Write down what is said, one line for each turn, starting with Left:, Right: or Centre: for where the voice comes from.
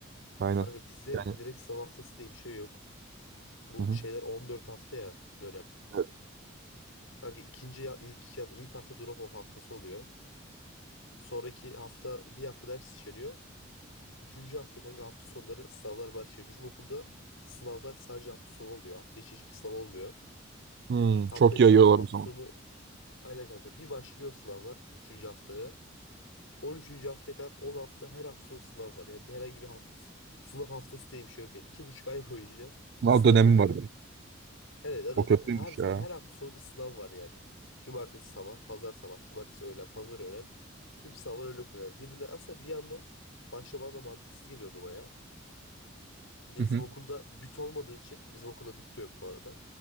Right: Aynen.
Left: Kanka bizde
Right: Yani
Left: direkt sınav haftası diye bir şey yok. Bu
Right: hı hı.
Left: şeyler 14 hafta ya dönem.
Right: Evet.
Left: Kanka ikinci ya- ilk, ilk hafta drop off haftası oluyor. Sonraki hafta bir hafta ders işleniyor. Üçüncü hafta kanka hafta sonları sınavlar başlıyor. Bizim okulda sınavlar sadece hafta sonu oluyor. Hafta içi hiçbir sınav olmuyor.
Right: Hmm,
Left: Hafta
Right: çok
Left: içi
Right: yayıyorlar
Left: ders hafta
Right: o zaman.
Left: sonu aynen kanka. Bir başlıyor sınavlar üçüncü haftaya. on üçüncü haftaya kadar 10 hafta her hafta sonu sınav var. Yani bir herhangi bir hafta sınav haftası diye bir şey yok. Yani iki buçuk ay boyunca
Right: Sınav
Left: sınav
Right: dönemi
Left: oluyor.
Right: var direkt.
Left: Yani zaten
Right: O kötüymüş
Left: her, her
Right: ya.
Left: hafta sonu bir sınav var yani. Cumartesi sabah, pazar sabah, cumartesi öğlen, pazar öğlen. Tüm sınavlar öyle koyuyor. Yani birinden aslında bir yandan başta bana da mantıksız geliyordu baya. Bir de
Right: Hı
Left: bizim
Right: hı.
Left: okulda büt olmadığı için bizim okulda büt de yok bu arada.